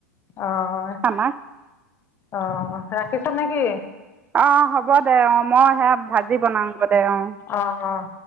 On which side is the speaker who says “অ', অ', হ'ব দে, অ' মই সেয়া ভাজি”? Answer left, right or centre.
Right